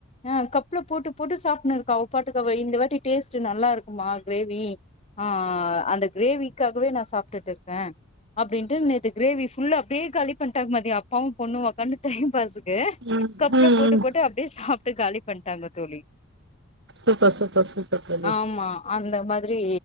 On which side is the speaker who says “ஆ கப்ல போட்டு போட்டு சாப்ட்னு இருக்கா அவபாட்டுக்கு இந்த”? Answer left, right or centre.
Left